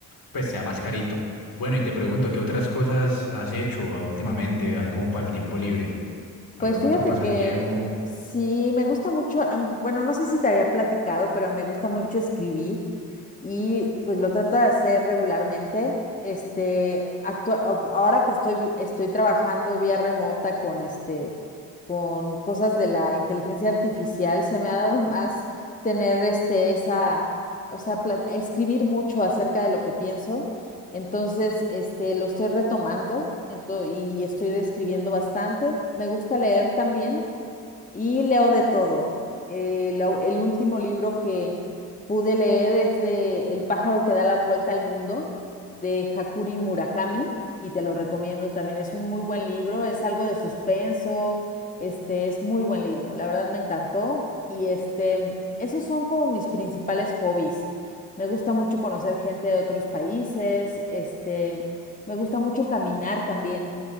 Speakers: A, on the left; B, on the left.
A: pues sea más carito. Bueno, y te pregunto, ¿qué otras cosas has hecho ah, últimamente, así como para el tiempo libre? ¿Algún
B: Pues fíjate
A: otro pasatiempo?
B: que sí, me gusta mucho, am- bueno, no sé si te había platicado, pero me gusta mucho escribir y pues lo trato de hacer regularmente. Este, actua- ab- ahora que estoy, vi- estoy trabajando vía remota con este, con cosas de la inteligencia artificial, se me ha dado <laughs> más tener este, esa, o sea, pla- escribir mucho acerca de lo que pienso. Entonces, este, lo estoy retomando ento- y estoy escribiendo bastante. Me gusta leer también. Y leo de todo. Eh, la- el último libro que pude leer es de El pájaro que da la vuelta al mundo, de Hakuri Murakami, y te lo recomiendo también. Es un muy buen libro, es algo de suspenso, este es muy buen libro. La verdad me encantó. Y este, esos son como mis principales hobbies. Me gusta mucho conocer gente de otros países, este, me gusta mucho caminar también.